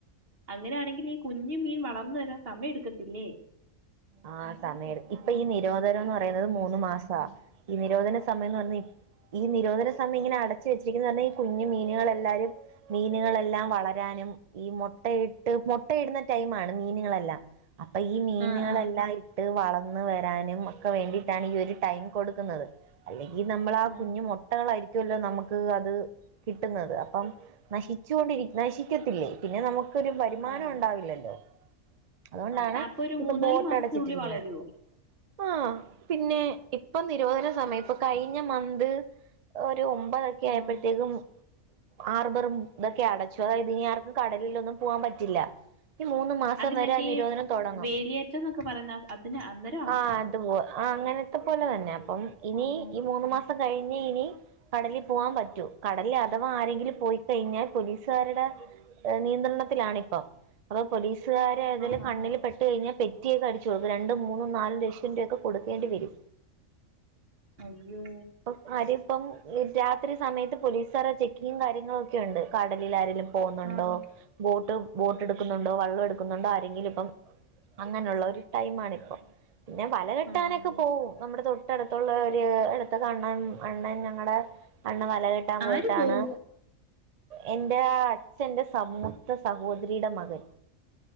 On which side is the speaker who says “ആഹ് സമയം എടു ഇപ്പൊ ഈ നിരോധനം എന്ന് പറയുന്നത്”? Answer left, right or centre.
Right